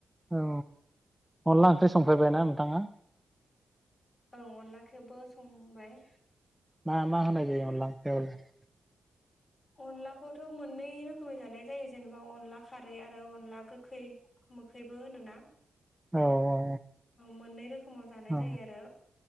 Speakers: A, in the centre; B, on the left.
A: औ अनला ओंख्रि संफेरबायना नोंथाङा?
B: औ अनलाखौबो संबाय।
A: मा मा होनाय जायो अनला ओंख्रिआवलाय?
B: अनलाखौथ' मोननै रोखोमनि जानाय जायो जेनेबा अनला खारै आरो अनला गोखै मोखैबो होनोना।
A: औ औ
B: मोननै रोखोमाव जानाय
A: औ
B: जायो आरो